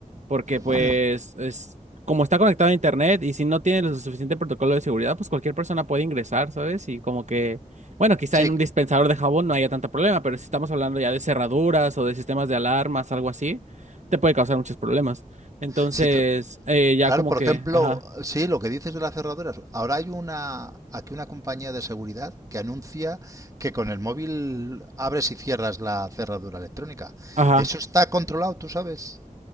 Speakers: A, on the right; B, on the right.
A: porque pues
B: Mm.
A: es como está conectado a internet y si no tiene lo suficiente protocolo de seguridad, pues cualquier persona puede ingresar, ¿sabes? Y como que bueno, quizá
B: Sí,
A: en un dispensador de jabón no haya tanto problema, pero si estamos hablando ya de cerraduras o de sistemas de alarmas, algo así, te puede causar muchos problemas. Entonces,
B: sí, cl-
A: eh, ya
B: Claro,
A: como
B: por
A: que,
B: ejemplo,
A: ajá,
B: sí, lo que dices de las cerraduras. Ahora hay una, aquí una compañía de seguridad que anuncia que con el móvil abres y cierras la cerradura electrónica.
A: ajá.
B: Eso está controlado, tú sabes.